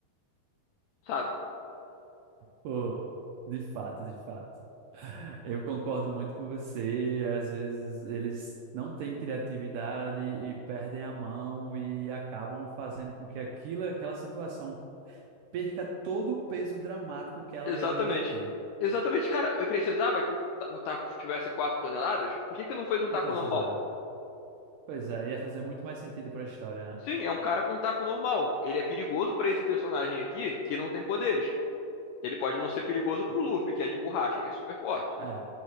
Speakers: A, on the left (about 85°); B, on the right (about 80°).
A: sabe?
B: Pô, de fato, de fato. Eu concordo muito com você. Às vezes eles não têm criatividade e perdem a mão e acabam fazendo com que aquilo, aquela situação perca todo o peso dramático que ela
A: Exatamente.
B: deveria ter.
A: Exatamente, cara. Eu precisava que o ta- o taco tivesse 4 toneladas? Por que que não fez um
B: Não
A: taco
B: precisava.
A: normal?
B: Pois é, ia fazer muito mais sentido para a história, né?
A: Sim, é um cara com um taco normal. Ele é perigoso pra esse personagem aqui, que não tem poderes. Ele pode não ser perigoso
B: Eu-
A: pro Luffy, que é de borracha, que é super forte.
B: É,